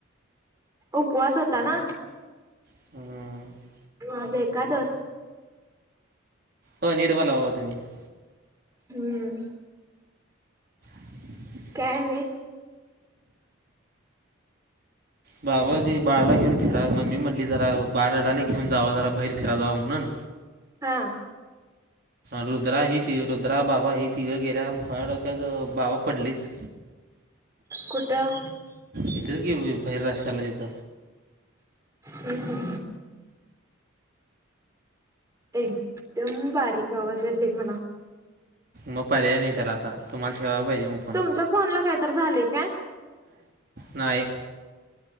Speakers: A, on the right; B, on the right.
A: उपवास होता ना.
B: हम्म.
A: आज एकादस.
B: हो निव बला हो त मही.
A: हम्म.
B: <inaudible>
A: काय नही.
B: बाबा ते बाळाला घेऊन फिरा मम्मी म्हटली जरा बाळारडालय घेऊन जावा जरा बाहेर फिरा जावां म्हणून
A: हा.
B: रुद्रा ही तिघ रुद्रा बाबा ही तिघ गेल्यात आणि खुळ्या डोक्याच बाबा पडलयच
A: कुठं
B: इथेच घेऊन बैरराशला इत
A: थँक यू. एक तम बारीक आवाज आला आहे मला.
B: मग पर्याय नाही त्याला आता तुम्हाला ठेवाय पाहिजे मग.
A: तुमच्या फोन ला काहीतरी झालेय काय?
B: नाही.